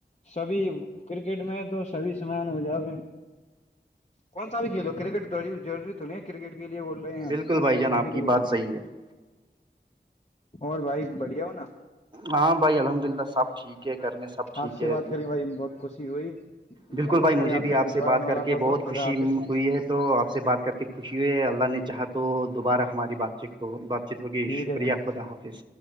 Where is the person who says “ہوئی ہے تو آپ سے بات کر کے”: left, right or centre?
Right